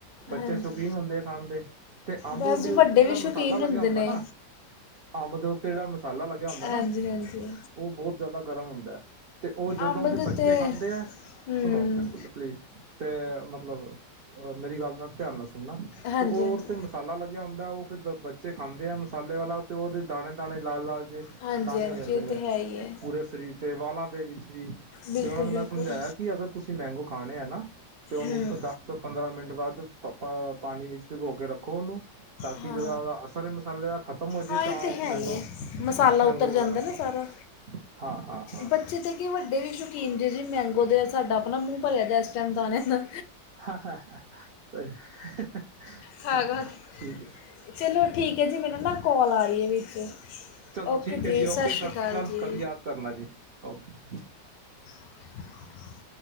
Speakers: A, on the right; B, on the left.
A: ਬੱਚੇ
B: ਹਾਂਜੀ
A: ਸ਼ੌਕੀਨ ਹੁੰਦੇ ਆ ਖਾਣ ਦੇ, ਤੇ ਅੰਬ
B: ਬਸ
A: ਦੇ
B: ਜੀ
A: ਉੱਤੇ
B: ਵੱਡੇ
A: ਜੇੜਾ
B: ਵੀ
A: ਮਸਾਲਾ
B: ਸ਼ੌਕੀਨ
A: ਲੱਗਿਆ
B: ਹੁੰਦੇ
A: ਹੁੰਦਾ
B: ਨੇ
A: ਨਾ ਅੰਬ ਦੇ ਉੱਤੇ ਦਾ ਮਸਾਲਾ ਲੱਗਿਆ ਹੁੰਦਾ
B: ਹਾਂਜੀ
A: ਨਾ,
B: ਹਾਂਜੀ
A: ਓ ਬਹੁਤ ਜਿਆਦਾ ਗਰਮ ਹੁੰਦਾ। ਤੇ ਓ ਜਦੋਂ
B: ਅੰਬ
A: ਫਿਰ
B: ਦੇ
A: ਬੱਚੇ
B: ਤੇ
A: ਖਾਂਦੇ ਐ,
B: ਹੂੰ
A: ਸੁਣੋ ਦੇਖੋ ਤਾ ਪਲੀਜ਼ ਤੇ, ਮਤਲਬ ਮੇਰੀ ਗੱਲ ਦਾ ਧਿਆਨ ਨਾਲ ਸੁਣਨਾ,
B: ਹਾਂਜੀ
A: ਤੇ ਓਰ
B: ਹਾਂਜੀ
A: ਤੇ ਮਸਾਲਾ ਲੱਗਿਆ ਹੁੰਦਾ ਓ ਫੀ ਫਿਰ ਬ ਬੱਚੇ ਖਾਂਦੇ ਆ ਮਸਾਲੇ ਵਾਲਾ, ਤੇ ਓਦੇ ਦਾਣੇ-ਦਾਣੇ, ਲਾਲ-ਲਾਲ ਜੇ
B: ਹਾਂਜੀ
A: ਦਾਾਨੇ
B: ਹਾਂਜੀ
A: ਹੋ ਜਾਂਦੇ
B: ਇਹ
A: ਨੇ,
B: ਤਾਂ ਹੈ ਹੀ ਹੈ
A: ਪੂਰੇ ਸਰੀਰ ਤੇ, ਵਾਲਾਂ ਦੇ ਵਿੱਚ ਵੀ।
B: ਬਿਲਕੁਲ
A: ਤੇ ਉਹਨਾ ਨੂੰ
B: ਬਿਲਕੁਲ
A: ਮੈਂ ਸਮਝਾਇਆ, ਕਿ ਅਗਰ ਤੁਸੀਂ ਮੈਂਗੋ ਖਾਣੇ ਆ ਨਾ, ਤੇ ਉਹਨੂੰ
B: ਹੂੰ
A: ਦੱਸ ਸ ਪੰਦਰਾਂ ਮਿੰਟ ਬਾਅਦ ਪਾਣੀ ਵਿੱਚ ਭੀਗੋਕੇ ਰੱਖੋ ਉਹਨੂੰ, ਤਾਂ ਕਿ
B: ਹਾਂ
A: ਜਿਹੜਾ ਉਹਦਾ ਅਸਰ ਏ ਮਸਾਲੇ ਦਾ ਖਤਮ ਹੋਜੇ,
B: ਹਾਂ ਇਹ
A: ਤਾਂ ਓ
B: ਹੈ
A: ਮੈਂਗੋ,
B: ਹੀ ਹੈ ਮਸਾਲਾ
A: ਮੈਂਗੋ
B: ਉਤਰ ਜਾਂਦਾ
A: ਵਗੈਰਾ
B: ਨਾ
A: ਖਾਓ।
B: ਸਾਰਾ
A: ਹਾਂ, ਹਾਂ, ਹਾਂ।
B: ਬੱਚੇ ਤਾਂ ਕਿ ਵੱਡੇ ਵੀ ਸ਼ੌਕੀਨ ਜੇ, ਜੀ ਮੈਂਗੋ ਦੇ। ਸਾਡਾ ਆਪਣਾ ਮੂੰਹ ਭਰਿਆ ਗਾ ਇਸ ਟਾਈਮ ਦਾਣਿਆਂ ਨਾਲ।
A: ਹਾਂ ਹ ਸਹੀ
B: ਖਾ
A: ਹਾਂ
B: ਖਾ ਕੇ।
A: ਠੀਕ ਹੈ
B: ਚਲੋ ਠੀਕ ਹੈ ਜੀ, ਮੈਨੂੰ ਨਾ, ਕੌ ਕੋਲ ਆ ਰਹੀ ਹੈ ਵਿੱਚ,
A: ਚਲੋ
B: ਓਕੇ-ਜੀ,
A: ਠੀਕ ਹੈ ਜੀ ਓਕੇ
B: ਸਤਿ ਸ਼੍ਰੀ ਅਕਾਲ ਜੀ।
A: ਕਦੀ ਯਾਦ ਕਰਨਾ ਜੀ, ਓਕੇ।
B: <unintelligible>